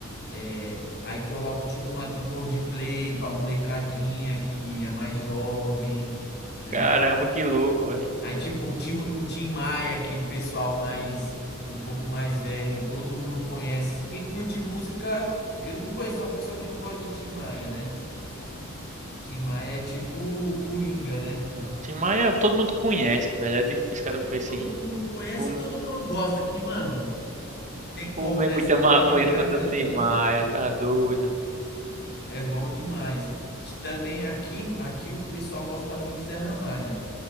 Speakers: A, on the left (about 50°); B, on the right (about 35°).
A: é, aí coloco tipo uma do Coldplay pra molecadinha que é mais jovem, né?
B: Caramba, que louco, velho.
A: Aí tipo um, Ti- um Tim Maia que o pessoal mais, um pouco mais velho, todo mundo conhece. Assim, Quem curte música, eu não conheço uma pessoa que não gosta de Tim Maia, né? Tim Maia é tipo o Coringa, né?
B: Não, Tim Maia, todo mundo conhece, velho. É difícil, os caras conhecer.
A: Todo mundo conhece
B: Fum-
A: e todo mundo gosta, que, mano, tem como,
B: Fumei
A: né?
B: muita
A: Você ouve
B: maconha
A: aquele cara
B: escutando
A: cantando,
B: Tim Maia, tá doido.
A: É bom demais. Também aqui, aqui o pessoal gosta muito de Zé Ramalho.